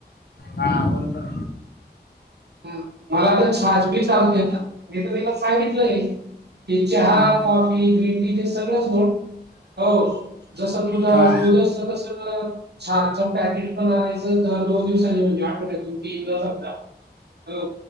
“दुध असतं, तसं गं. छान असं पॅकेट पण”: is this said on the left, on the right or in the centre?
Right